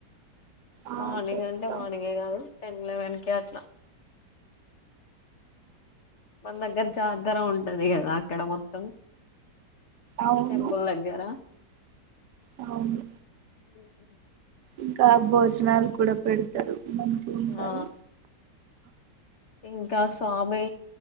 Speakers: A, on the right; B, on the left.
A: ఆ
B: మార్నింగ్
A: చెప్తా
B: అంటే మార్నింగే కాదు టెన్ లెవెన్ కి అట్లా మ దగ్గర జాగర ఉంటది కదా అక్కడ మొత్తం
A: అవును
B: టెంపుల్ దగ్గర
A: అవును
B: ఉ
A: ఇంకా భోజనాలు కూడా పెడతారు మంచిగా ఉంటాయి
B: ఆ ఇంకా స్వామి